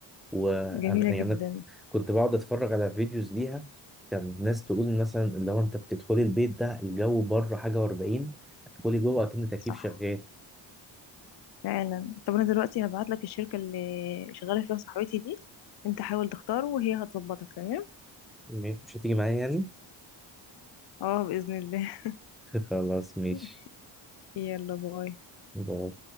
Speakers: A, in the centre; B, on the left (about 50°).
A: وانا
B: جميله جدا
A: يعني أنا كنت بقعد اتفرج على فيديوز ليها كان ناس تقول مثلا اللي هو انت بتدخلي البيت ده الجو بره حاجه و40 تدخلي جوه اكن تكييف
B: صح
A: شغال
B: فعلا طب انا دلوقتي هبعت لك الشركة اللي شغالة فيها صاحبتي دي انت حاول تختاره وهي هتظبطك تمام
A: مش مش هتيجي معايا يعني
B: اه بإذن الله
A: خلاص ماشي
B: <laughs> يلا باي
A: باي.